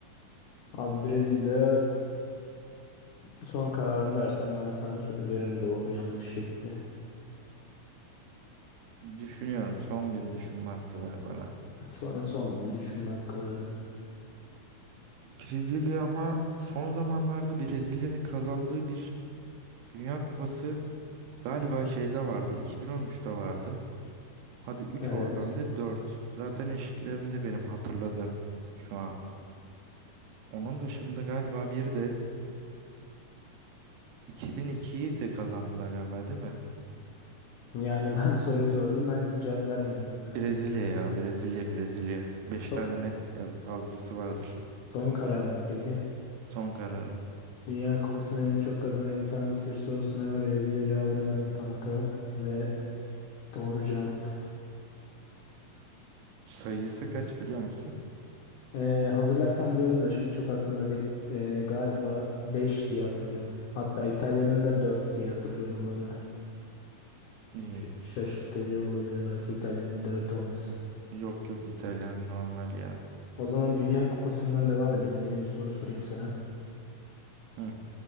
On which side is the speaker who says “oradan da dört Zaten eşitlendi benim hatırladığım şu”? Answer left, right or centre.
Right